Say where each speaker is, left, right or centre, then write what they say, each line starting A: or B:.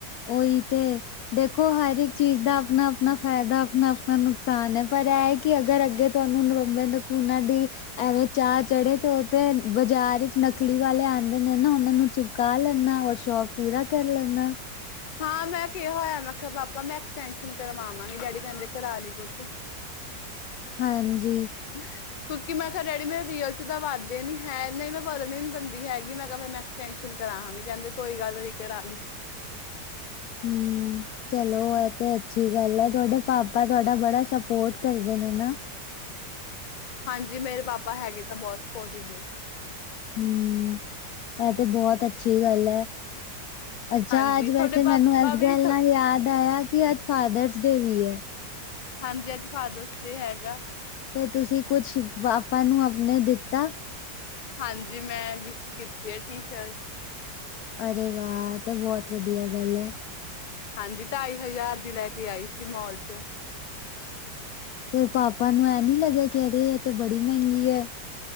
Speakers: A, on the left; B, on the left.
A: ਓਈ ਤੇ ਦੇਖੋ ਹਰ ਇੱਕ ਚੀਜ਼ ਦਾ ਅਪਣਾ-ਅਪਣਾ ਫੈਦਾ ਅਪਣਾ-ਅਪਣਾ ਨੁਕਸਾਨ ੲੈ ਪਰ ੲੈ ਕਿ ਅਗਰ ਅੱਗੇ ਤੁਵਾਨੂੰ ਨਵਬੇ ਨਖੁਣਾਂ ਦੀ ਐਵੇ ਚਾ ਚੜੇ ਤੇ ਓਥੇ, ਬਜਾਰ ਈਚ ਨਖਲੀ ਵਾਲੇ ਆ ਆਦੇ ਨੇ ਨਾ ਓਨਾ ਨੂੰ ਚਿਪਕਾ ਲੈਣਾ, ਔਰ ਸ਼ੌਕ ਪੂਰਾ ਕਰ ਲੈਣਾ
B: ਹਾਂ, ਮੈਂ ਕੇਹਾ ਹੋਆ, ਮੈਂ ਕੇਆ ਪਾਪਾ, ਮੈਂ ਐਕਸੈਸ਼ਨ ਕਰਵਾਵਾਂਗੀ। ਡੈਡੀ ਕੈੰਦੇ ਕਰਾ ਲੀ ਪੋਤ
A: ਹਾਂਜੀ।
B: <unintelligible> ਕਿਉਂਕਿ ਮੈਂ ਕੇਹਾ ਰੈਡੀ ਮੇਰੇ ਰੀਲ ਚ ਤਾਂ ਵੱਧੇ ਨੀ ਹੈ। ਨਈ ਮੈਂ ਵਦਣ ਨੀ ਦਿੰਦੀ ਹੈਗੀ। ਮੈਂ ਕੇਹਾ ਫੇਰ ਮੈ ਚੈਸ਼ਨ ਕਰਾਵਾਗੀ ਕੈੰਦੇ, ਕੋਈ ਗੱਲ ਨੀ ਕਰਾ ਲੀ <inaudible>
A: ਹਮ ਚਲੋ ੲੈ ਤੇ ਅੱਛੀ ਗੱਲ ੲੈ ਤੁਹਾਡੇ ਪਾਪਾ ਤੁਹਾਡਾ ਬੜਾ ਸਪੋਰਟ ਕਰਦੇ ਨੇ ਨਾ
B: ਹਾਂਜੀ ਮੇਰੇ ਪਾਪਾ ਹੈਗੇ ਤਾਂ ਬੋਤ ਸਪੋਟਿਵ ਨੇ
A: ਹਮ, ੲੈ ਤੇ ਬੋਤ ਅੱਛੀ ਗੱਲ ੲੈ। ਅੱਛਾ
B: ਹਾਂਜੀ
A: ਅੱਜ ਵੈਸੇ
B: ਤੁਹਾਡੇ ਪਾਪਾ
A: ਮੈਨੂੰ ੲੈਸ
B: ਵੀ
A: ਗਲ
B: ਥੋ
A: ਨਾਲ ਯਾਦ ਆਯਾ ਕਿ ਅੱਜ ਫਾਦਰਸ ਡੇ ਵੀ ੲੈ।
B: ਹਾਂਜੀ ਅੱਜ ਫਾਦਰਸ ਡੇ ਹੈਗਾ
A: ਤੇ ਤੁਸੀਂ ਕੁਛ ਵਾਪਾ ਨੂੰ ਅਪਣੇ ਦਿੱਤਾ
B: ਹਾਂਜੀ ਮੈਂ ਗਿਫਟ ਕੀਤੀ ਏ ਟੀਸ਼ਟ
A: ਅਰੇ ਵਾ ੲੈਤੇ ਬੋਤ ਵਧੀਆ ਗੱਲ ਐ।
B: ਹਾਂਜੀ ਢਾਈ ਹਯਾਰ ਦੀ ਲੈ ਕੇ ਆਈ ਸੀ ਮੋਲ ਚੋਂ
A: ਤੇ ਪਾਪਾ ਨੂੰ ੲੈ ਨੀ ਲਗੇਆ ਕਿ ਐਵੇ, ਤੇ ਬੜੀ ਮੈਂਗੀ ੲੈ।